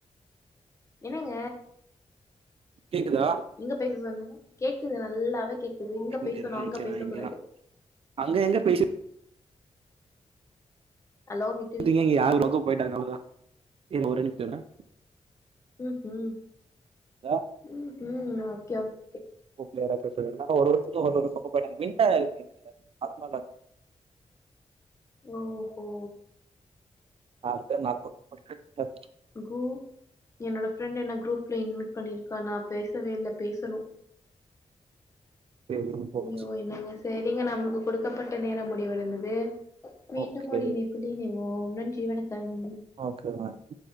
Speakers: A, on the left; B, on the right.
A: என்னங்க
B: கேக்குதா
A: எங்க பேச சொன்னாங்க கேக்குது நல்லாவே கேக்குது இங்க
B: இங்கதா
A: பேசணு அங்க
B: இங்கதா
A: பேச
B: இங்கதா
A: கூடாது
B: அங்க எங்க பேசிட்
A: ஹலோ விட்
B: <unintelligible> இங்க யார் பக்கோ போயிட்டாங்க அவ்ளோ தா இருங்க ஒரே நிம்ஷோ இருங்க
A: ம் ம்
B: ஹலோ
A: ம் ம் ஓகே ஓக்
B: <inaudible> கலர் நல்லாயிருக்கு
A: ஓஹோ
B: நாலுபேரு <inaudible>
A: கு என்னோட ஃப்ரெண்ட் என்ன குரூப்ல இன்வைட் பண்ணிருக்கா நா பேசவே இல்ல பேசணு
B: சரி போச்சு.
A: ஐயோ என்னங்க சே ஏங்க நம்மளுக்கு குடுக்கப்பட்ட நேரம் முடிவடைந்தது மீண்டும்
B: ஓகே
A: ஒரு இனை ப்பில் இணைவோம் நன்றி வணக்கம்
B: ஓகே <inaudible>